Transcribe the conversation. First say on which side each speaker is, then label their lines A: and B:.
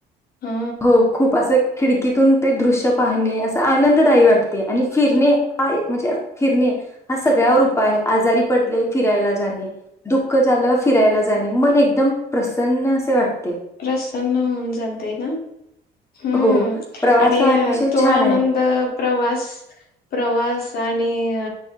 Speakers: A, on the left (about 65°); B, on the left (about 15°).
A: हा
B: हो खूप असं खिडकीतून ते दृश्य पाहणे अस आनंददायी वाटते आणि फिरणे हा म्हणजे फिरणे हा सगळ्यावर उपाय आहे आजारी पडले फिरायला जाणे दुःख झालं फिरायला जाणे मन एकदम प्रसन्न असे वाट
A: प्रसन्न होऊन जातय ना हम्म
B: हो प्रवास
A: आणि
B: हा
A: अ,
B: अतिशय
A: तो
B: छान
A: आनंद
B: आहे.
A: प्रवास प्रवास आणि अ